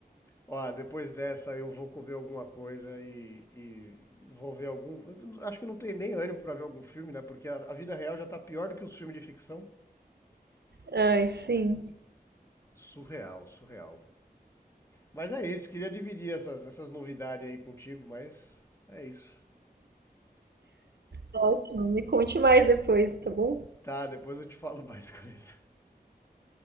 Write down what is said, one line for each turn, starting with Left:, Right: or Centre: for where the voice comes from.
Left: Ó, depois dessa eu vou comer alguma coisa e, e vou ver algum. eu Acho que não tem nem ânimo pra ver algum filme, né? Porque a, a vida real já tá pior do que os filmes de ficção.
Right: Ai, sim.
Left: Surreal, surreal. Mas é isso, queria dividir essas, essas novidades aí contigo, mas é isso.
Right: Ótimo. Me conte mais depois, tá bom?
Left: Tá, depois eu te falo mais <laughs> coisa.